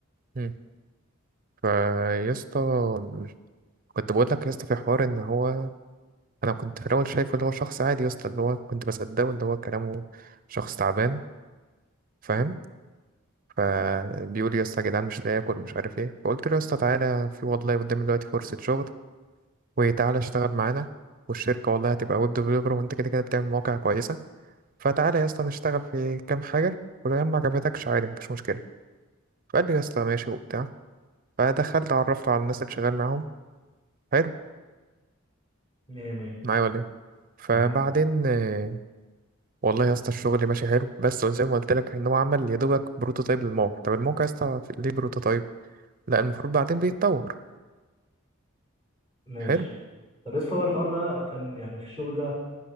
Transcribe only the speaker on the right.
مم. فيسطا كنت بقول لك يسطا في حوار إن هو أنا كنت في الأول شايفه اللي هو شخص عادي يسطا اللي هو كنت بصدقه اللي هو كلامه شخص تعبان فاهم فبيقول يسطا يا اسطى يا جدعان مش لاقي آكل مش عارف إيه فقلت له يسطا تعالى في والله قدامي دلوقتي فرصة شغل وتعالى اشتغل معانا والشركة والله هتبقى ويب ديفلوبر وانت كده كده بتعمل مواقع كويسة فتعالى يا اسطى نشتغل في كام حاجة ولو يا عم ما عجبتكش عادي مفيش مشكلة فقال لي يا اسطى ماشي وبتاع فدخلت عرفته على الناس اللي شغال معاهم حلو
معايا ولا ايه فبعدين
آه، والله يا اسطى الشغل ماشي حلو بس زي ما قلت لك ان هو عمل يا دوبك بروتوتايب للموقع طب الموقع يا اسطى في- ليه بروتوتايب لا المفروض بعدين بيتطور
حلو